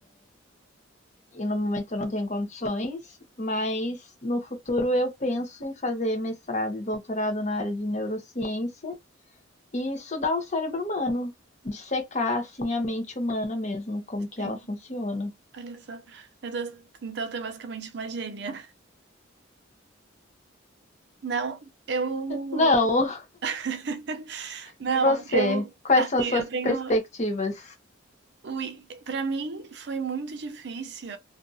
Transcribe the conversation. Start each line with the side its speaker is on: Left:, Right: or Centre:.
Left: e no momento eu não tenho condições, mas no futuro eu penso em fazer mestrado e doutorado na área de neurociência e estudar o cérebro humano, dissecar assim a mente humana mesmo, como que
Right: Sim,
Left: ela funciona.
Right: olha só. Eu tô- então tu é basicamente uma gênia. Não, eu.
Left: Não.
Right: <laughs> Não,
Left: E você?
Right: eu.
Left: Quais
Right: Assim,
Left: são as suas
Right: eu tenho.
Left: perspectivas?
Right: Ui, pra mim foi muito difícil